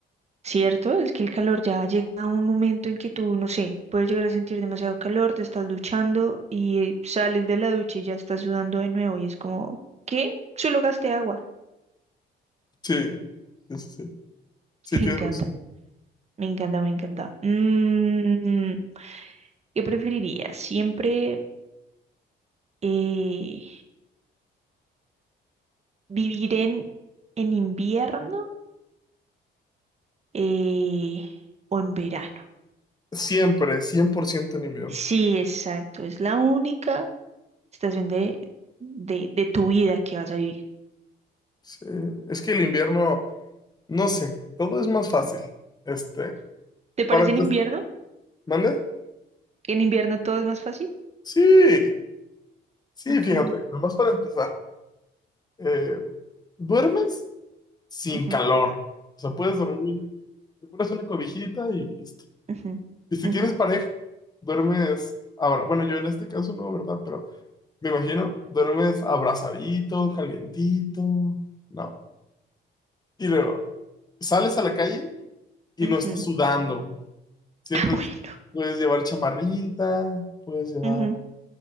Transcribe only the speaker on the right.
¿Cierto? Es que el calor ya llega a un momento en que tú, no sé, puedes llegar a sentir demasiado calor, te estás duchando y eh, sales de la ducha y ya estás sudando de nuevo y es como, ¿qué? Solo gasté agua.
<laughs> Me
encanta,
me encanta, me encanta. Mm, ¿qué preferirías? ¿Siempre eh, vivir en, en invierno eh, o en verano?
Sí, exacto. Es la única estación de, de, de tu vida que vas a vivir.
¿Te parece
en invierno?
¿En invierno todo es más fácil?
Ok.
Ujú,
ujú,
ujú,
ujú.
<laughs> Bueno,
Ujú,